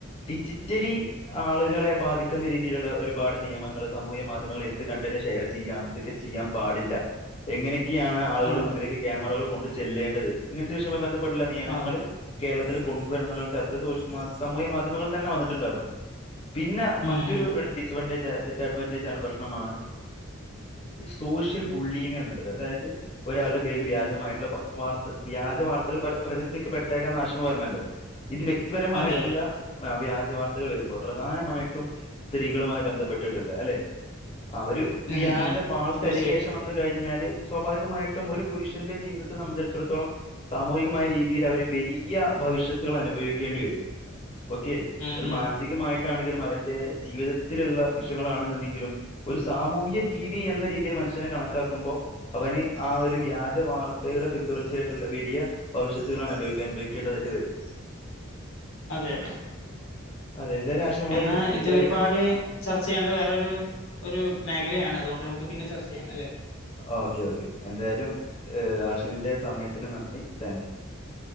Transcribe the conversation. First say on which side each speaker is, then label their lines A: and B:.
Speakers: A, on the left; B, on the left.
A: ഡിജി <unintelligible> ആളുകളെ ബാധിക്കുന്ന രീതിയിലുള്ള ഒരുപാട് നിയമങ്ങൾ സാമൂഹ്യ മാധ്യമങ്ങളിൽ എ കണ്ടന്നെ ഷെയർ ചെയ്യ എന്തൊക്കെ ചെയ്യാൻ പാടില്ല എങ്ങനെയൊക്കെയാണ് ആളുകൾ
B: ആ
A: മുമ്പിലൊക്കെ ക്യാമറകൾ കൊണ്ട് ചെല്ലേണ്ടത് ഇങ്ങനത്തെ വിശയമായി ബന്ധപ്പെട്ടുള്ള നിയമങ്ങൾ
B: ആ
A: കേരളത്തിൽ കൊണ്ടുവര എന്നുള്ള <unintelligible> സമൂഹിക മാധ്യമങ്ങൾ തന്നെ വന്നിട്ടുണ്ടായിരുന്നു പിന്നെ
B: ഉം
A: മറ്റൊരു
B: ഉം
A: ഡിസ്അവാൻേജ് ഡിസ്അഡ്വാൻറേജ് ആണ് പ്രശ്നമാണ് സോഷ്യൽ ബുള്ളിങ് എന്നുള്ളത് അതായത് ഒരാളുടെ പേരില് വ്യാജമായിട്ടുള്ള വാർ വ്യാജ വാർത്തകൾ പ്രചരിപ്പിക്കപ്പെട്ടേക്കാം <unintelligible> പറഞ്ഞല്ലോ ഇത് വ്യക്തിപരമായിട്ടുള്ള
B: അതെ അതെ
A: വ്യാജ വർത്തകൾ വരുമ്പോൾ പ്രധാനമായിട്ടും സ്ത്രീ <unintelligible> ബന്ധപ്പെട്ടിട്ട അല്ലെ ആ
B: ഉം
A: വ്യാജാ
B: ഉം
A: ഫാൾസ്
B: തീർച്ചയായും
A: അലിഗേഷ കഴിഞ്ഞാല് സ്വാഭാവികമായിട്ടും ഒരു പുരുഷന്റെ ജീവിതത്തെ സംബന്ധിച്ചിടത്തോളം സാമൂഹികമായ രീതിൽ അവര് വലിയ ഭവിഷ്യത്തുകൾ അനുഭവിക്കേണ്ടി വരും ഓക്കെ
B: ഉം
A: അത്
B: ഉം
A: മാനസികമായിട്ടാണെങ്കിലും അവരുടെ ജീവിതത്തിലുള്ള വിഷയങ്ങളാണ്ന്ന്ണ്ടെങ്കിലും ഒരു സാമൂഹ്യ ജീവി എന്ന രീതിയിൽ മനുഷ്യനെ കണക്കാക്കുമ്പോ അവന് ആ ഒരു വ്യാജവാർത്തക- പിന്തുടർച്ചയായിട്ടുള്ള വലിയ ഭവിഷ്യത്തുകളാണ് അനുഭവിക്കേണ്ടതായിട്ട് വരുന്നത്
B: അതെ അതെ
A: അതെ എന്തായാലും ആശിം നമ്മള്
B: എന്നാ ഇത്
A: ഇത്ര
B: ഒരുപാട് ചർച്ച ചെയ്യണ്ട വേറൊരു. ഒരു മേഖലയാണ് അതുകൊണ്ട് നമുക്ക് പിന്നെ ചർച്ച ചെയ്യാം അല്ലെ.
A: ഓക്കെ ഓക്കെ എന്തായാലും ആശുവിന്റെ സമയത്തിന് നന്ദി താങ്ക് യു.